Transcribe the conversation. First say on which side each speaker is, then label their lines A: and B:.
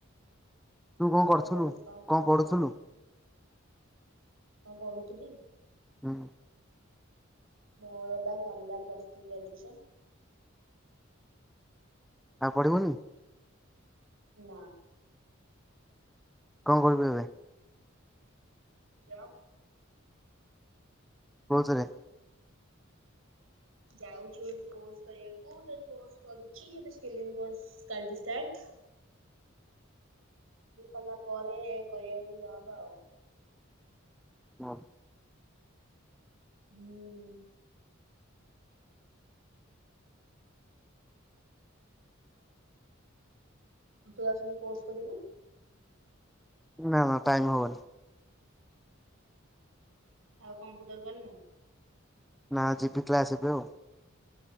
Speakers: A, in the centre; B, on the right.
A: ତୁ
B: ଆଉ
A: କଣ କରୁଥୁଲୁ
B: କେମିତି ଖବର
A: କଣ ପଢୁଥୁଲୁ?
B: କହ? ହଁ ପଢୁଥିଲି।
A: ହୁଁ।
B: ମୋର ପା ସର୍ଲା ପ୍ଲସ୍ ଥ୍ରି ଗ୍ରାଜୁଏସନ୍
A: ଆଉ ପଢିବୁନି।
B: ନା।
A: କଣ କରିବୁ ଏବେ
B: ଜବ୍।
A: କୋଉଥିରେ
B: ଯାଉଛି ଗୋଟେ କୋର୍ସ୍ କରିବାକୁ ସେଠି କୋର୍ସ କରୁଛିା ସ୍କିଲିଙ୍ ୱାଲ୍ଡ କାଲ୍ ଠୁ ଷ୍ଟାର୍ଟ କଲା ପରେ କରିବା ଯବ ଆଉ।
A: ହଁ।
B: ହୁଁ। ତୁ ଆସୁନୁ କୋର୍ସ କରିବୁ।
A: ନା ନା ଟାଇମ ହବନି
B: ଆଉ କମ୍ପ୍ୟୁଟର କରନୁ।
A: ନା ଯିବି କ୍ଲାସ ହେବେ ଆଉ।